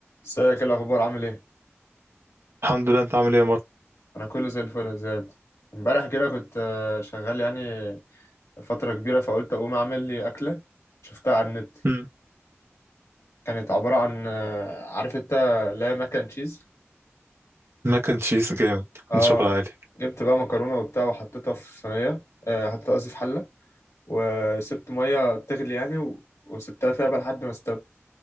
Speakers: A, on the left (about 85°); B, on the right (about 65°).
A: ازيك ايه الاخبار عامل ايه
B: الحمد لله انت عامل ايه يا مارك
A: انا كله زي الفل يا زياد امبارح كده كنت آه، شغال يعني فتره كبيره فقلت اقوم اعمل لي اكله شفتها على النت
B: مم.
A: كانت عباره عن آه، عارف انت لا ماك اند تشيز
B: ماك اند تشيز جامد
A: اه
B: من شغل عالي
A: جبت بقى مكرونه وبتاع وحطيتها في صينيه آه، حطيتها قصدي في حله وسبت ميه تغلي يعني و- وسبتها فيها بقى لحد ما استوت